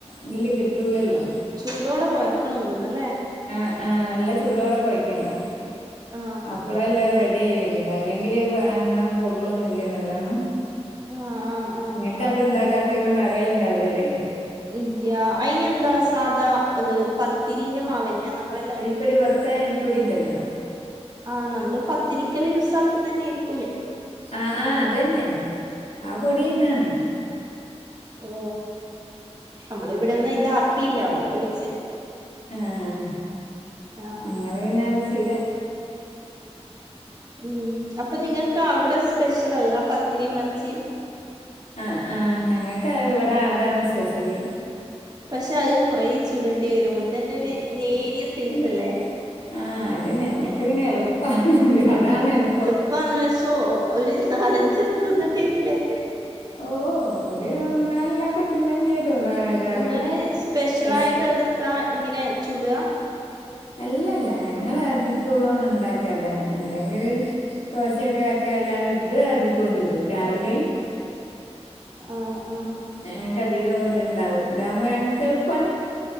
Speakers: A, on the left; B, on the right.
A: ഇതില് കിട്ടൂലല്ലോ
B: ചൂടോടെ കുഴക്കണ തോന്നല്ലേ
A: ആ ആ നല്ല ചൂടോടെൊക്കെ വയ്ക്കണം
B: ആ
A: അപ്പള എല്ലാം റെഡി ആയി വര അല്ലെങ്കിൽ എന്ന പൊള്ളുവൊന്നും ഇല്ല നല്ലോണ്
B: ആ ആ ആ
A: നിങ്ങക്ക അത് ഇണ്ടാക്കാത്ത
B: ആ
A: കൊണ്ട് അറിയാലുണ്ടാവലല്ലേ
B: ഇല്ല അയിനന്താ സാധാഹ് പത്തിരിന്റെ മാവന്നെയ നമ്മളെല്ലാം
A: ഇപ്പടി വർത്ത ഇരിപ്പടി ഉണ്ടല്ലോ
B: ആഹ നമ്മള് പത്തിരിക്കൽ യൂസ ആക്കുന്ന തന്നൊയിരിക്കും
A: ആ ആ അതന്നെ ആ പൊടിന്നാണ്
B: ഓ നമ്മള ഇവിടെന്ന ഇതാക്കിയില്ല പോണ്ടോയിച്ച
A: ആഹ
B: ആഹ്
A: ങ്ങള് പിന്നെ അത് ശീര
B: ഉം അപ്പൊ നിങ്ങൾക്ക് അവിടെ സ്പെഷ്യൽ ആകുക പത്തിരി മർച്ചിയും
A: ആ ആ ഞങ്ങൾക്ക് ഇവിടെ അതാണ് സ്പെഷ്യലി
B: പക്ഷെ അത് കുറേ ചൂടണ്ടി വരും ഒന്ന തന്നെ ഒരു നേരിയ സൈസല്ലേ
A: അല്ലെ ആഹ അത് ഞങ്ങക്ക് പിന്നെ എളുപ്പണത് അതാണ് എളുപ്പം
B: ഇപ്പ അന്ന്വശോ ഒരു നാലഞ്ചെണ്ണം തിന്നേണ്ടി വരൂല്ലേ
A: ഓ ഒരു നാലിനൊക്കെ തിന്നേണ്ടി വരുള്ളൂ ഒരാള്
B: നിങ്ങള് സ്പെഷ്യലായ
A: പക്ഷെ
B: ദിവസ ഇങ്ങനെ ചൂടുക
A: അല്ലല്ല ഞങ്ങ അധികവും ഉണ്ടാക്കതാണ് അല്ലെങ്കില് ദോശയൊക്കെ ഒക്കെ അല്ലാണ്ട് ഇത് അധികവും ചൂടും രാവിലെ
B: ആ ആ
A: ഞങ്ങക്ക് അധികം ഇത്ണ്ടാവും ഇതാവകുമ്പോ ഞങ്ങക്ക് എളുപ്പാണ്